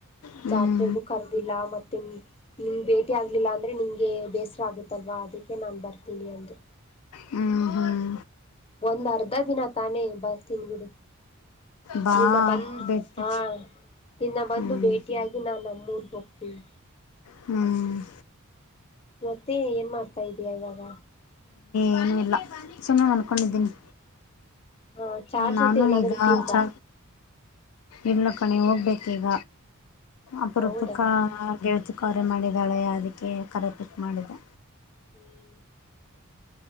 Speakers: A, on the left (about 85°); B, on the left (about 25°).
A: ಹ್ಞೂ
B: ಜಾತ್ರೆಗೂ ಕರ್ದಿಲ್ಲ ಮತ್ತೆ ನಿಮ ಭೇಟಿ ಆಗ್ಲಿಲ್ಲ ಅಂದ್ರೆ ನಿಂಗೆ ಬೇಸ ಷ್ಟ ಆಗುತ್ತಲ್ವಾ ಅದಕ್ಕೆ ನಂಬರ್ ತಿಳಿಯಂತೆ
A: ಹ್ಮ್ ಹ್ಮ್
B: ಒಂದ್ ಅರ್ಧ ದಿನ ತಾನೇ ಬರ್ತೀನ್ ಬಿಡು
A: ಬಾ
B: ನಿನ್ನ ಬಂದ
A: ಬಿಟ್ಟು
B: ಹಾ ನಿನ್ನ ಬಂದು
A: ಹ್ಞೂ
B: ಭೇಟಿಯಾಗಿ ನಾ ನಮ್ಮೂರ್ಗ ಹೋಗ್ತೀನಿ
A: ಹ್ಮ್
B: ಮತ್ತೆ ಏನ್ ಮಾಡ್ ಆತ ಇದೆಯಾ ಇವಾಗ?
A: ಏನು ಇಲ್ಲ ಸುಮ್ಮನೆ ಮನ್ಕೊಂಡಿದ್ದೀನಿ,
B: ಹ ಚಾ
A: ನಾನು
B: ಜೊತೆ ಏನಾದ್ರು
A: ಈಗ
B: ತಿಂದ
A: ಚಾ ಇಲ್ಲ ಕಣೆ ಹೋಗ್ಬೇಕೀಗ. ಅಪರೂಪಕ್ಕ
B: ಹೌದಾ
A: ಗೆಳ್ ಕರೆ ಮಾಡಿದ್ದಾಳೆ ಅದಕ್ಕೆ ಕರೆ ಪಿಕ್ ಮಾಡಿದೆ.
B: <unintelligible>